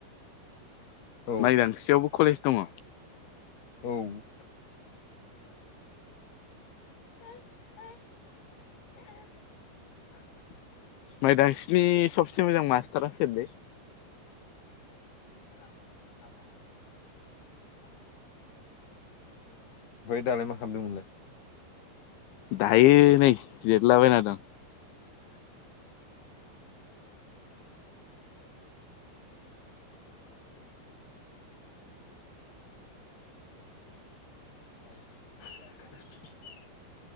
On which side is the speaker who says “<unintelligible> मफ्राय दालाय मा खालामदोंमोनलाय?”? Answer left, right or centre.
Left